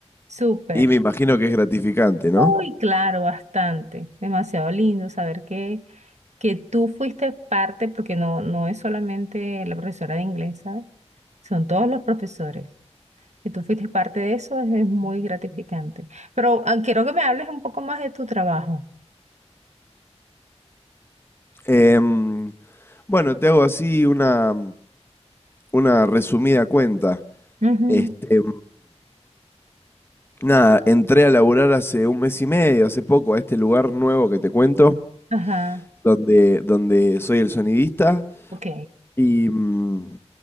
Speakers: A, on the right; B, on the left.
A: Súper.
B: Y me imagino que es gratificante, ¿no?
A: Uy, claro, bastante. Demasiado lindo saber que, que tú fuiste parte, porque no, no es solamente la profesora de inglés, ¿sabes? Son todos los profesores. Y tú fuiste parte de eso, es, es muy gratificante. Pero ah, quiero que me hables un poco más de tu trabajo.
B: Em, bueno, te hago así una, una resumida cuenta.
A: Ujú,
B: Este, nada, entré a laburar hace un mes y medio, hace poco, a este lugar nuevo que te cuento,
A: Ajá.
B: donde, donde soy el sonidista.
A: Ok.
B: Y, mm,